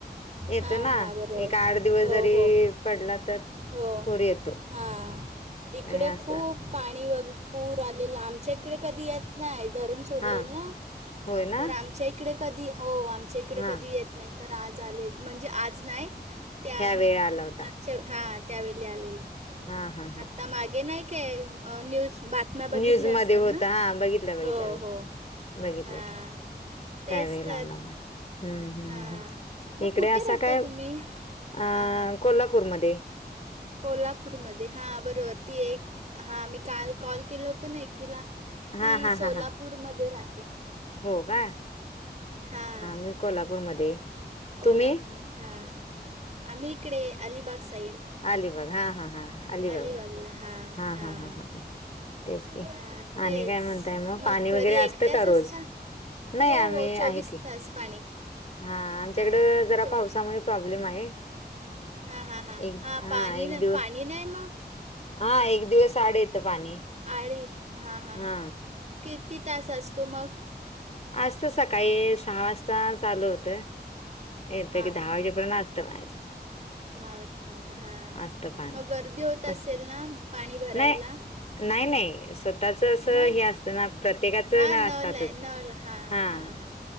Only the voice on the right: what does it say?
हां
हां बरोबर
हो
हो
हो
हां इकडे
खूप पाणी व पूर आलेला आमच्या इकडे कधी येत नाय धरन सोडलेल
ना
तर आमच्या इकडे कधी हो आमच्या इकडे
कधी येत नाय. तर आज आलेल म्हणजे, आज नाय त्या
म
माग च हां त्यावेली आलेला,
आत्ता मागे नाय काय न्यूज बातम्या बघितल्या
असेल
ना
हो
हो
हां
तेच
तर
हां
मग
कुठे
राहता
तुम्ही
हां हां
कोल्हापूरमध्ये हां बरोबर ती एक हां, मी काल कॉल केलं होतं ना एकीला. ती
सोलापूरमध्ये
राहते.
हां
कॉल
आपणून हां. आम्ही इकडे अलिबाग साईड.
अलिबागला हां
हां
हां तेच
घरी
एकट्याच
असता
हो
हो चोवीस
तास पाणी
हां
चो
हा हा हा
हा पाणी
ना
पाणी नाही मग.
आणिळी हां हां
हां किती तास असतो मग.
हां
हां
हां
दहा वाजेपर्यंत हा
मग गर्दी होत
असेल ना पाणी भरायला.
मग
हां
नळ
आहे नळ हां
हां हां.